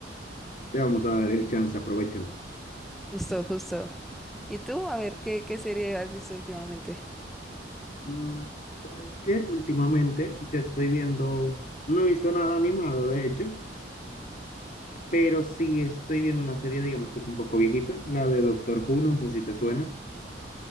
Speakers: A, on the left; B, in the centre.
A: te vamos a dar el chance, aprovechemos.
B: Justo, justo. ¿Y tú? A ver, ¿qué, qué serie has visto últimamente?
A: Mm, Es que últimamente yo estoy viendo, no he visto nada animado, de hecho, pero sí estoy viendo una serie, digamos que es un poco viejita, la de Doctor Who, no sé si te suena.